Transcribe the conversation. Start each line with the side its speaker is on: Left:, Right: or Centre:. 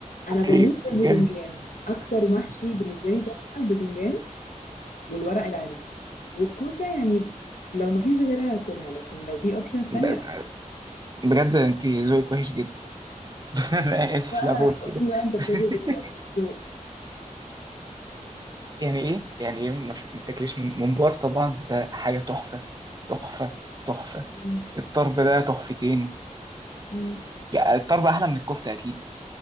Left: انا
Right: اوكي
Left: بموت
Right: البتنجان
Left: في البتنجان اكتر محشي بالنسبه لي تحفه البتنجان والورق العنب والكوسة يعني لو مفيش غيرها هاكلها لكن لو في اوبشنز تانية
Right: ب-
Left: لا
Right: بجد انت ذوقك وحش جدا <laughs> انا اسف
Left: بقى
Right: لا بقول كده
Left: قول لي بقى انت بتاكل
Right: <laughs>
Left: ايه يا ابو الذوق
Right: يعني ايه يعني ايه ما في- ما تاكليش ممبار طبعا ده حاجه تحفه تحفه تحفه
Left: مم.
Right: الطرب ده تحفتين
Left: مم.
Right: يعني الطرب احلى من الكفته اكيد